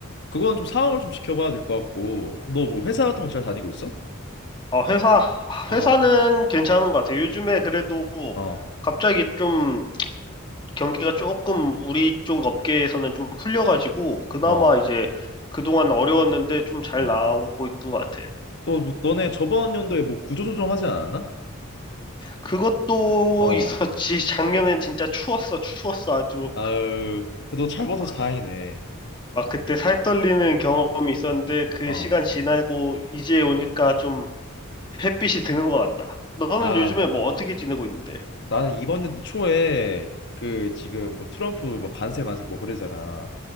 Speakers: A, on the left (about 55°); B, on the left (about 20°).
A: 그건 좀 상황을 좀 지켜봐야 될 것 같고, 너 뭐 회사 같은 거 잘 다니고 있어?
B: 아, 회사,
A: 어,
B: 회사는 괜찮은 것 같아요. 요즘에 그래도
A: 어,
B: 갑자기 좀 경기가 조금 우리 쪽 업계에서는 좀 풀려가지고, 그나마
A: 어,
B: 이제 그동안 어려웠는데 좀 잘
A: 어.
B: 나오고 있는 것 같아.
A: 또 뭐, 너네 저번 연도에 뭐 구조조정 하지 않았나?
B: 그것도
A: 어,
B: 있었지. <laughs> 작년엔 진짜 추웠어, 추웠어. 아주
A: 아유, 그래도 잘 버텨서
B: 막,
A: 다행이네.
B: 막 그때 살 떨리는 경험이 있었는데, 그
A: 어.
B: 시간 지나고 이제 오니까 좀 햇빛이 드는 것 같다. 너는
A: 야,
B: 요즘에 뭐 어떻게 지내고 있는데?
A: 나는 이번 연도 초에 그 지금 뭐 트럼프 뭐 관세 관세 뭐 그러잖아.